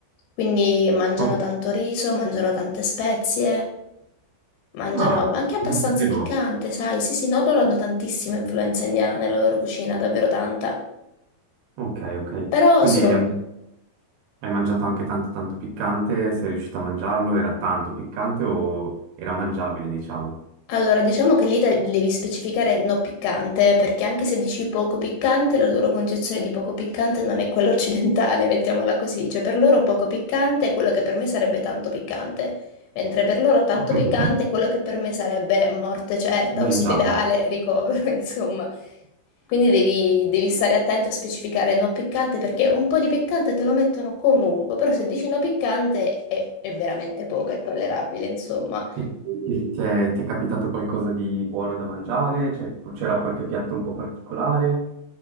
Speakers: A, on the left; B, on the right.
A: Quindi mangiano
B: Ok.
A: tanto riso, mangiano tante spezie, mangiano
B: Ah,
A: anche abbastanza
B: non lo sapevo.
A: piccante, sai? Sì, sì, no, loro hanno tantissima influenza indiana nella loro cucina, davvero tanta.
B: Ok, ok.
A: Però
B: Quindi
A: sono
B: è... Hai mangiato anche tanto tanto piccante? Sei riuscito a mangiarlo? Era tanto piccante o era mangiabile, diciamo?
A: Allora, diciamo che lì te- devi specificare no piccante, perché anche se dici poco piccante, la loro concezione di poco piccante non è quella occidentale, <laughs> mettiamola così. Cioè, per loro poco piccante è quello che per me sarebbe tanto piccante, mentre per loro tanto
B: Ho capito,
A: piccante
B: <laughs>
A: è quello che per me sarebbe morte certa,
B: mangiabile.
A: ospedale, ricovero, <laughs> insomma. Quindi devi, devi stare attento a specificare no piccante, perché un po' di piccante te lo mettono comunque, però se dici no piccante è, è veramente poco, è tollerabile, insomma.
B: Ti, ti- ti è, ti è capitato qualcosa di buono da mangiare? Cioè, c'era qualche piatto un po' particolare?